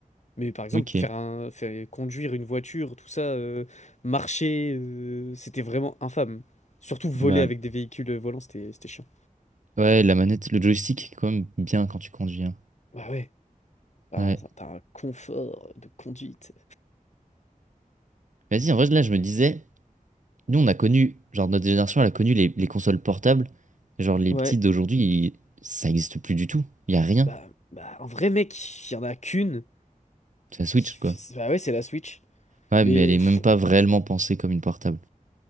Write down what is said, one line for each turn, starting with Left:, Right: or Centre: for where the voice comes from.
Left: Mais par exemple,
Right: Ok.
Left: faire un, faire, conduire une voiture, tout ça, euh, marcher, euh, c'était vraiment infâme. Surtout voler
Right: Bah,
Left: avec des véhicules volants, c'était, c'était chiant.
Right: ouais, la manette, le joystick est quand même bien quand tu conduis. hein.
Left: Bah ouais. T'as
Right: Ouais.
Left: un, t'as un confort de conduite.
Right: Vas-y, en vrai, là, je me disais, nous, on a connu, genre, notre génération, elle a connu les, les consoles portables. Genre, les
Left: Ouais.
Right: petites d'aujourd'hui, ils- ça n'existe plus du tout. Il n'y a rien.
Left: Bah, bah, un vrai mec, il y en a qu'une.
Right: C'est la Switch,
Left: Qui...
Right: quoi.
Left: Bah ouais, c'est la Switch.
Right: Ouais,
Left: Mais,
Right: mais elle est
Left: pff,
Right: même pas réellement pensée comme une portable.